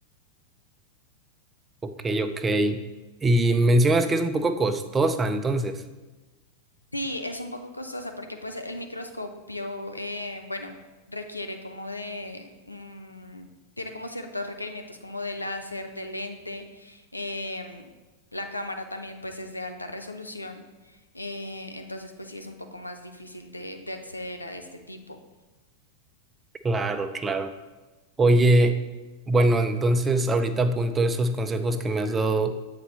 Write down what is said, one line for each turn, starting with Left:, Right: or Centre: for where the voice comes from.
Right: Ok, ok. Y mencionas que es un poco costosa, entonces.
Left: Sí, es un poco costosa porque pues el microscopio, eh, bueno, requiere como de, un- tiene como ciertos requerimientos como de láser, de lente, em, la cámara también pues es de alta resolución, eh, entonces pues sí es un poco más difícil de de acceder a este tipo.
Right: Claro, claro. Oye, bueno, entonces ahorita apunto esos consejos que me has dado